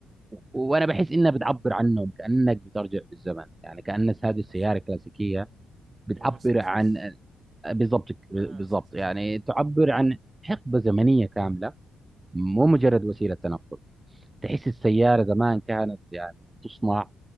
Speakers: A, on the right; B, on the right.
A: أه.
B: وانا بحس انها بتعبر عنهم كأنك بترجع بالزمن يعني كأن هذه السيارة
A: حرفيا
B: الكلاسيكية بتعبر
A: إيه. نفس الاحساس
B: عن بالضبط
A: نفس
B: بالضبط
A: الاحساس
B: يعني
A: إيه.
B: تعبر عن حقبة زمنية كاملة مو مجرد وسيلة تنقل تحس السيارة زمان كانت يعني تصنع